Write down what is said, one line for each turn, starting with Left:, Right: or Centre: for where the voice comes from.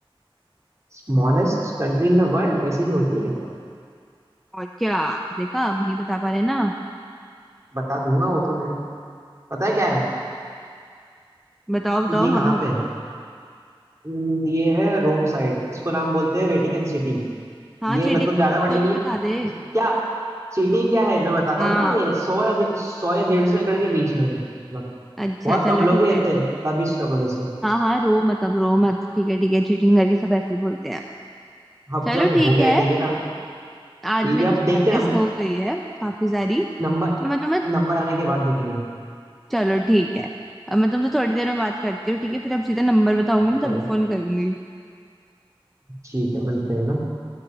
Right: smallest country in the world ऐसी भी होती है क्या
Centre: और क्या देखा आप नहीं बता पा रहे ना
Right: बता दूंगा वो तो मैं पता है क्या है
Centre: बताओ बताओ
Right: ये
Centre: हाँ
Right: कहाँ
Centre: मुझे
Right: पे है हम्म, ये है रोम साइड इसको नाम बोलते हैं वेटिकन सिटी
Centre: हाँ
Right: ये
Centre: चीटिंग
Right: मतलब ज्यादा बड़ी
Centre: कोई भी
Right: नहीं है
Centre: बता दे
Right: क्या सिटी क्या है मैं बताता
Centre: हाँ
Right: हूँ ना ये सौ या डे- सौ या डेढ़ सौ एकड़ के बीच में है मतलब
Centre: अच्छा
Right: बहुत
Centre: चलो
Right: कम लोग
Centre: ठीक
Right: ही
Centre: है
Right: रहते हैं तभी स्ट्रगल है इसको
Centre: हाँ हाँ रो मत अब रो मत ठीक है ठीक है चीटिंग करके सब ऐसे ही बोलते हैं
Right: अब
Centre: चलो
Right: जब
Centre: ठीक
Right: हो गया
Centre: है
Right: ठीक है ना
Centre: आज
Right: ठीक
Centre: मेरी
Right: है अब
Centre: तो प्रैक्टिस
Right: देखते हैं
Centre: हो गई है काफी सारी
Right: नंबर
Centre: तो मैं तुम्हें
Right: नंबर आने के बाद देखेंगे
Centre: चलो ठीक है अब मैं तुमसे थोड़ी देर में बात करती हूँ ठीक है फिर अब सीधा नंबर बताऊंगी ना
Right: चलो
Centre: तभी फोन करूंगी
Right: ठीक है मिलते हैं ना